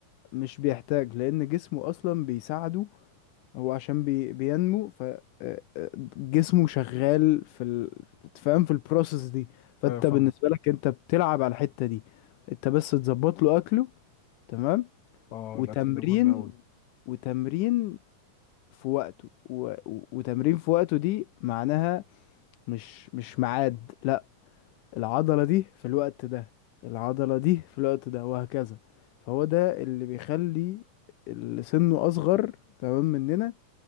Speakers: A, on the left (about 75°); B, on the left (about 65°).
A: مش بيحتاج لان جسمه اصلا بيساعده هو عشان بي بينمو ف آه، آه، جسمه شغال في ال... تفهم في البروسيس دي فانت
B: ايوه فاهم
A: بالنسبه لك انت بتلعب على الحته دي انت بس تظبط له اكله تمام
B: اه
A: وتمرين
B: الاكل ده مهم قوي
A: وتمرين في وقته و... و- وتمرين في وقته دي معناها مش مش ميعاد لا العضله دي في الوقت ده العضله دي في الوقت ده وهكذا فهو ده اللي بيخلي اللي سنه اصغر تمام مننا